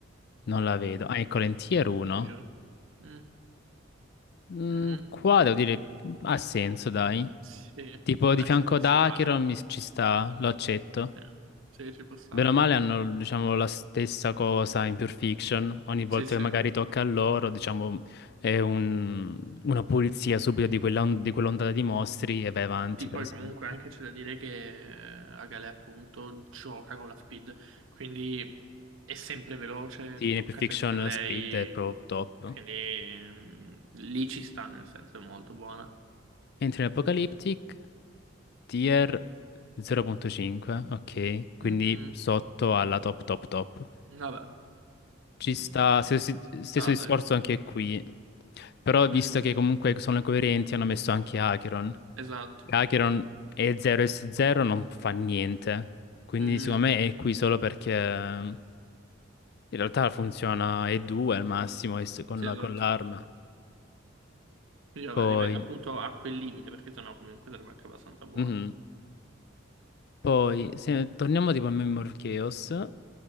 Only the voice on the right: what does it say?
Anch'io. Mm,
mm,
Sì,
dai,
ci può
stare.
Eh, Sì, ci può stare,
dai.
Sì, sì.
Sì,
poi
comunque anche c'è da dire che eh, Agale appunto gioca con la speed, quindi è sempre veloce,
tocca
sempre a lei,
quindi mm, lì ci sta, nel senso è molto buona.
Mm-mm,
vabbè,
Mm,
ci
sta,
dai.
Mhm,
esatto.
Mm-mm,
sì,
esatto.
Quindi vabbè,
ripeto, appunto a quel limite, perché sennò comunque sarebbe anche abbastanza buono.